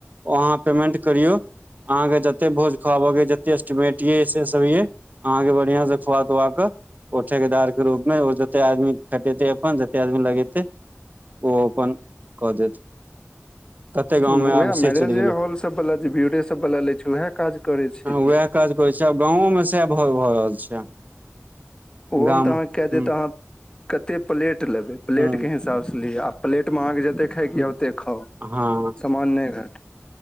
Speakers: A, on the right; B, on the left.
A: ओ अहाँ पेमेंट करियो अहा के जते भोज खुआब के जते एस्टीमेट ये से सब ये अहाँके बढ़ियां से खुआ तुआ कऽ ओ ठेकेदार के रूप मे ओ जते आदमी खटेते अपन कते आदमी लगेते ओ अपन कऽ देत। कते गाँव
B: उएह
A: मे आब से
B: मैरेजे
A: चलि गेलै
B: हॉल सबवला जे ब्यूरे सबवला लै छै उएह काज करै छै
A: हँ
B: की।
A: उएह काज करै छै आब गाँवो मे सह भऽ रहल छै।
B: ओहो
A: गाम
B: मे तऽ अहाँ
A: हूँ
B: के कैह देत अहां कते प्लेट लेबय प्लेट
A: हूँ
B: के हिसाब ब स लिया आ प्लेट मे आहाँके जते खायइ के यऽ ओतेक खाउ।
A: हँ।
B: <unintelligible>